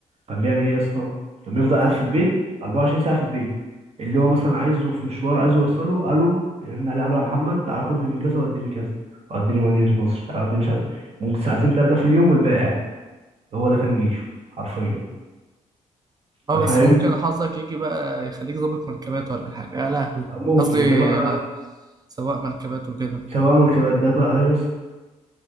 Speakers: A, on the right; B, on the right.
A: كان بيعمل ايه يا اسطى كان بيفضل قاعد في البيت 24 ساعه في البيت اللي هو مثلا عايزه في مشوار عايزه يوصله قالوا يرن عليه قالوا يا محمد تعالى خدني من كذا وديني كذا وديني مدينه نصر تعالى وديني مش عارف إيه. ممكن ساعتين ثلاثه في اليوم والباقي قاعد هو ده كان جيشه حرفيا
B: اه
A: انت
B: بس
A: فاهم
B: ممكن حظك يجي بقى يخليك ظابط مركبات ولا حاجة يا لهوي
A: ممكن
B: قصدي
A: ده بقى
B: آه، سواق مركبات وكده
A: سواق مركبات ده بقى يا اسطى